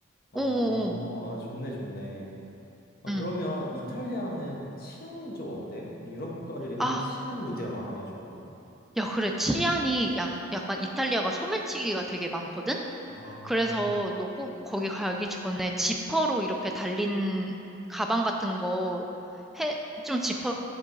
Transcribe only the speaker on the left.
어,
아, 좋네, 좋네. 아,
그러면 이탈리아는 치안은 좀 어때? 유럽 국가들이 항상
치안 문제가 많아가지고.
아,